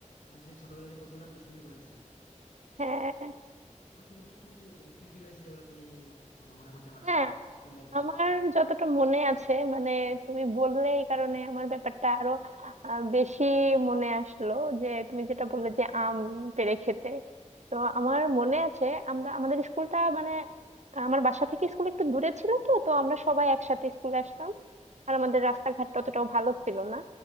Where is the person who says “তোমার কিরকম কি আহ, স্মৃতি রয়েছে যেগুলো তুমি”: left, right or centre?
Left